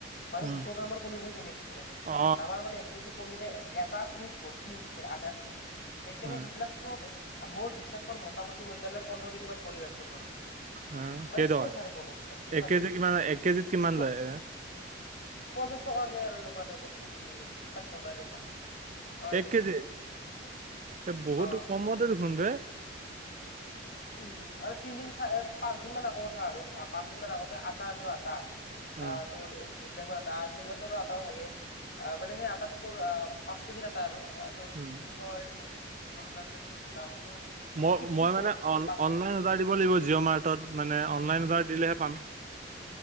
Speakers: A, on the left; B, on the right.
A: মানুহ
B: উম
A: দুশ গ্ৰামৰ পনীৰহে কিনে বেছিভাগে
B: অ
A: আমাৰ মানে কেজি পনিৰে এটা ফ্ৰিজ ভৰ্তি হৈ গৈছিল আধা ফ্ৰিজ সেইকাৰণে
B: অ
A: সেইবিলাক চব মোৰ বিশ্বাস কৰ মোটামুতি মই এতিয়া লৈকে পোন্ধৰ কেজি মান পনীৰ ৰান্ধিছো ঘৰত
B: অ
A: মানে
B: কেইটকা
A: চেছ আৰু পনিৰ বুজি
B: এক
A: পালি
B: কেজি কিমান এক কেজিত কিমান
A: চ
B: লয় এনে
A: পঞ্চাশ টকাকে আৰু এনেকুৱা টাইপত ধৰ এক কেজিত ষাঠি টকা এনেকুৱা অ
B: এক কেজি
A: কেজিত আৰু
B: এ বহুত
A: অ।
B: কমতে দেখোন বে
A: উম আৰু তিনদিন চাৰে পাঁচ দিন মান আগৰ কথা আৰু পাঁচ দিন মান আগতে আটা আনলো আটা আ
B: অ
A: তোৰ এক্সপাৰি হোৱা আটা আছিল তোৰ আতা ভাগে মানে সেই আটাটোত তোৰ অ পাঁচ কেজি আতা আৰু তোৰ
B: উম
A: কি বুলি কয় কিমান দামনো সেইটোত তোৰ দামটো
B: মই
A: ফিফটি
B: মই
A: ফ'ৰ
B: মানে অন
A: পাঁচ
B: অনলাইন
A: কেজি
B: অৰ্ডাৰ দিব লাগিব জিঅ' মাৰ্টত মানে অনলাইন অৰ্ডাৰ দিলেহে পাম